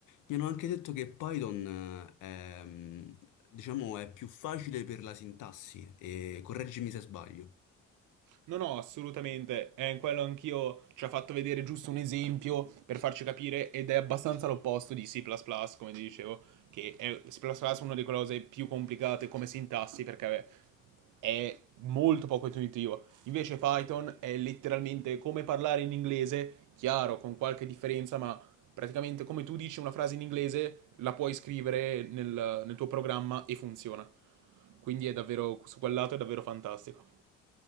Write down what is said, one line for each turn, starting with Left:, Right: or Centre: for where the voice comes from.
Left: Mi hanno anche detto che Python eh, è, mm, diciamo, è più facile per la sintassi, e correggimi se sbaglio.
Right: No, no, assolutamente. Eh, quello anch'io ci ha fatto vedere giusto un esempio per farci capire ed è abbastanza l'opposto di C++, come ti dicevo, che è C++ è una delle cose più complicate come sintassi perché è molto poco intuitivo. Invece Python è letteralmente come parlare in inglese, chiaro, con qualche differenza, ma praticamente come tu dici una frase in inglese, la puoi scrivere nel, nel tuo programma e funziona. Quindi è davvero, su quel lato è davvero fantastico.